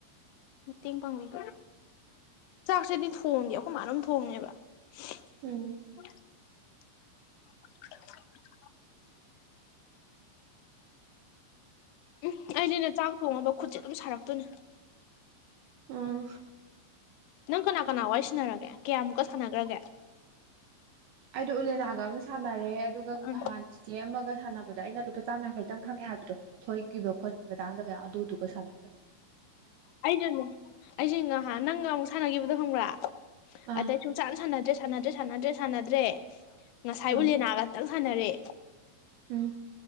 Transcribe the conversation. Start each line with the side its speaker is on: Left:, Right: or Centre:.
Left: ꯃꯇꯦꯡ ꯄꯥꯡꯕꯤꯕ ꯆꯥꯛꯁꯦꯗꯤ ꯊꯣꯡꯗꯦ ꯑꯩꯈꯣꯏ ꯃꯥ ꯑꯗꯨꯝ ꯊꯣꯡꯑꯦꯕ <unintelligible>
Right: ꯎꯝ
Left: <inaudible> ꯎꯝ ꯑꯩꯗꯤꯅꯦ ꯆꯥꯛ ꯊꯣꯡꯉꯕ ꯈꯨꯠꯁꯦ ꯑꯗꯨꯝ ꯁꯥꯔꯛꯇꯣꯏꯅꯦ
Right: ꯑꯥ
Left: ꯅꯪ ꯀꯅꯥ ꯀꯅꯥ ꯋꯥꯏ ꯁꯤꯅꯔꯒꯦ ꯀꯌꯥꯃꯨꯛꯀ ꯁꯥꯟꯅꯈ꯭ꯔꯒꯦ
Right: ꯑꯩꯗꯣ ꯎꯂꯦꯅꯥꯒ ꯑꯃ ꯁꯥ ꯁꯥꯟꯅꯔꯦ ꯑꯗꯨꯒ
Left: ꯑꯥ
Right: ꯅꯍꯥꯟ ꯆꯤ ꯆꯦ ꯑꯃꯒ ꯁꯥꯟꯅꯕ ꯕꯗ ꯑꯩꯅ ꯂꯨꯄꯥ ꯆꯥꯝꯃ ꯌꯥꯡꯈꯩ ꯇꯪ ꯐꯪꯉꯦ ꯍꯤ ꯁꯣꯏꯈꯤꯕ ꯈꯣꯠꯈꯤꯕ ꯇꯥꯗꯕ ꯑꯗꯨꯗꯨꯒ ꯁꯥꯅꯤ
Left: ꯑꯩꯁꯨꯅꯦ ꯑꯩꯁꯨ ꯅꯍꯥꯟ ꯅꯪꯒ ꯑꯃꯨꯛ ꯁꯥꯟꯅꯈꯤꯕꯗꯣ ꯈꯪꯕ꯭ꯔꯥ
Right: ꯑꯥ
Left: ꯑꯗꯩꯩ ꯁꯨꯁꯥꯟ ꯁꯥꯟꯅꯗꯔ꯭ꯦ ꯁꯥꯟꯅꯖꯦ ꯁꯥꯟꯅꯗ꯭ꯔꯦ ꯁꯥꯟꯅꯗ꯭ꯔꯦ ꯉꯁꯥꯏ
Right: ꯑꯥ
Left: ꯎꯂꯦꯅꯥꯒ ꯇꯪ ꯁꯅꯔꯦ
Right: ꯎꯝ